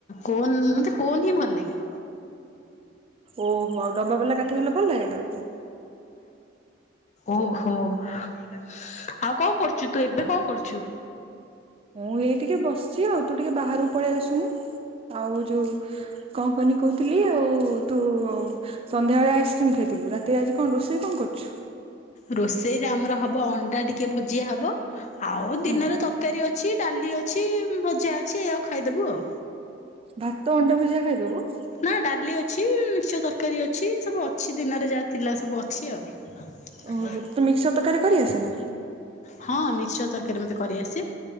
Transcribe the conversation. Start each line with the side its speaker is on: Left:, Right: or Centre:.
Left: କୋନ୍ ମତେ କୋନ୍ ହିଁ ଭଲ ଲାଗେ।
Right: ଓହୋ। ଆଉ ଡବା ବାଲା କାଠି ବାଲା ଭଲ ଲାଗେନା?
Left: ଓହୋ। ଆଉ କଣ କରୁଚୁ ତୁ ଏବେ କଣ କରୁଚୁ?
Right: ମୁଁ ଏଇ ଟିକେ ବସିଚି ଆଉ। ତୁ ଟିକେ ବାହାରକୁ ପଳେଇ ଆସୁନୁ। ଆଉ ଯୋଉ କଣ କହନି କହୁଥିଲି ଆଉ ତୁ ସନ୍ଧ୍ୟାବେଳେ ଆଇସ୍କ୍ରିମ୍ ଖାଇଥିଲୁ। ରାତିରେ ଆଜି କଣ ରୋଷେଇ କଣ କରୁଚୁ?
Left: ରୋଷେଇରେ ଆମର ହବ ଅଣ୍ଡା ଟିକେ ଭୁଜିଆ ହବ। ଆଉ
Right: ହୁଁ
Left: ଦିନରେ ତର୍ କାରୀ ଅଛି ଡାଲି ଅଛି ଭଜା ଅଛି ଏଇଆ କୁ ଖାଇଦବୁ ଆଉ।
Right: ଭାତ ଅଣ୍ଡା ଭୁଜିଆ ଖାଇଦବୁ?
Left: ନା ଡାଲି ଅଛି ମିକ୍ସଚର ତରକାରୀ ଅଛି ସବୁ ଅଛି ଦିନରେ ଯାହା ଥିଲା ସବୁ ଅ ଛି ଆଉ।
Right: ଓହୋ ତତେ ମିକ୍ସଚର ତରକାରୀ କରି ଆସେ ନା?
Left: ହଁ ମିକ୍ସଚର ତରକାରୀ ମତେ କରି ଆସେ।